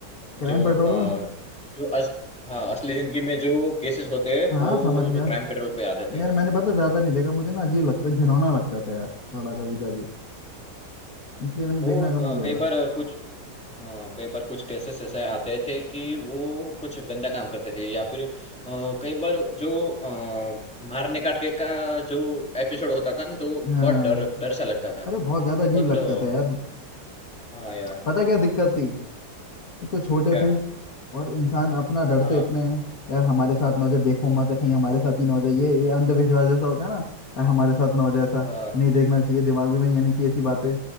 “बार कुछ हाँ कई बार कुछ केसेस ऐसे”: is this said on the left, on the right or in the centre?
Centre